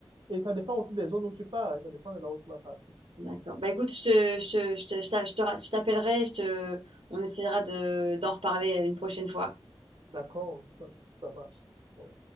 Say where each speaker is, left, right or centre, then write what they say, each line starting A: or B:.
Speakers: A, on the right (about 60°); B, on the right (about 80°).
A: Et ça dépend aussi des zones où tu pars. et Ça dépend de là où tu vas partir.
B: D'accord. Bah écoute, je te, je te, je te, je t'a- je te ra- je t'appellerai, je te, on essaiera de, d'en reparler une prochaine fois.
A: D'accord? Ça, ça marche. Ouais.